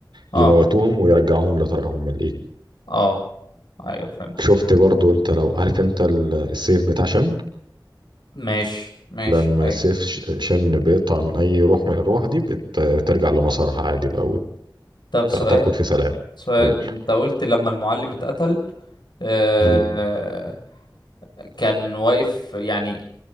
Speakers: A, on the left (about 65°); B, on the right (about 75°).
A: اه
B: يموتوهم ويرجعوهم لطريقهم الايه
A: اه ايوه فهمتك
B: شفت برضو انت لو عارف انت ال- السيف بتاع شن
A: ماشي ماشي
B: لما
A: ايوه
B: سيف ش- شن بيقطع عن أي روح من الأرواح دي بت- بترجع لمسارها عادي بقى
A: طب سؤال
B: وتركض في سلام
A: سؤال
B: قول
A: انت قلت لما المعلم اتقتل آه
B: مم.
A: كان واقف يعني